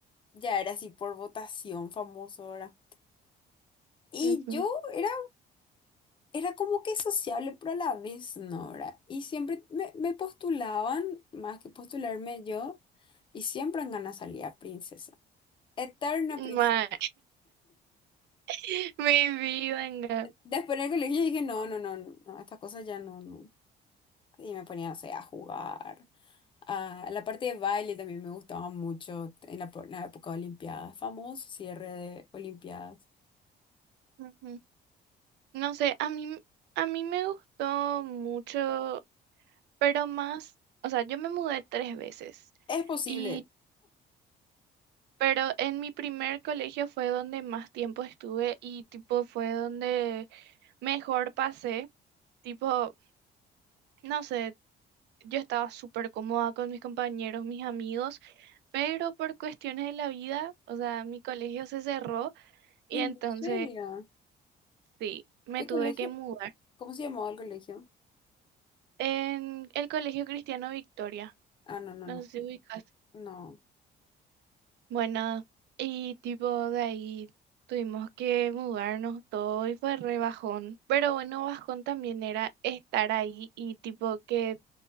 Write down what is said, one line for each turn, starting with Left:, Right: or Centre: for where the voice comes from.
Left: ya era así por votación famoso, ¿verdad? Y
Right: Ujú.
Left: yo era, era como que sociable, pero a la vez no, ¿verdad? Y siempre me, me postulaban, más que postularme yo, y siempre en ganas salía princesa. Eterna
Right: Ma-
Left: princesa.
Right: <laughs> Maybe, venga.
Left: Después en el colegio dije, no, no, no, no, no, estas cosas ya no, no. Y me ponía, no sé, a jugar. a la parte de baile también me gustaba mucho en la, po- en la época de Olimpiadas. Famoso cierre de Olimpiadas.
Right: Ujú. No sé, a mí, a mí me gustó mucho, pero más, o sea, yo me mudé tres veces.
Left: Es posible.
Right: Y, pero en mi primer colegio fue donde más tiempo estuve y tipo fue donde mejor pasé. Tipo, no sé. yo estaba súper cómoda con mis compañeros, mis amigos, pero por cuestiones de la vida, o sea, mi colegio se cerró y
Left: ¿En
Right: entonces
Left: serio?
Right: sí, me
Left: ¿Qué
Right: tuve
Left: colegio?
Right: que mudar
Left: ¿Cómo se llamaba el colegio?
Right: en el Colegio Cristiano Victoria.
Left: Ah, no, no,
Right: No
Left: no.
Right: sé si ubicas.
Left: No.
Right: Bueno, y tipo de ahí tuvimos que mudarnos todo y fue re bajón. Pero bueno, bajón también era estar ahí y tipo que